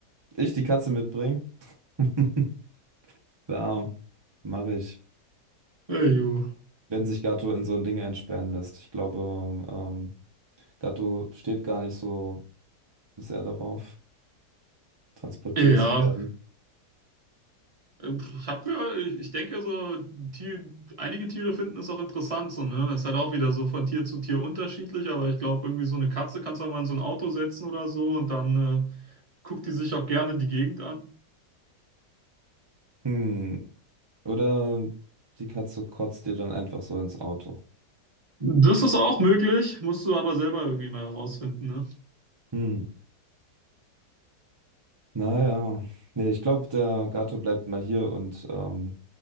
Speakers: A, on the right (about 45°); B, on the right (about 30°).
A: ich die Katze mitbringen. <laughs> Der Arm. Mache ich.
B: Ja, ju.
A: Wenn sich Gatto in so ein Ding einsperren lässt. Ich glaube, ähm, Gatto steht gar nicht so sehr darauf, transportiert
B: Ja.
A: zu werden.
B: Ich hab gehört, ich, ich denke so, Tier, einige Tiere finden es auch interessant so, ne? Ist halt auch wieder so von Tier zu Tier unterschiedlich, aber ich glaube, irgendwie so eine Katze kannst du auch mal in so ein Auto setzen oder so und dann äh, guckt die sich auch gerne die Gegend an.
A: Hm. Oder die Katze kotzt dir dann einfach so ins Auto.
B: Das ist auch möglich, musst du aber selber irgendwie mal herausfinden, ne?
A: Hm. Naja, nee, ich glaube, der Gato bleibt mal hier und ähm,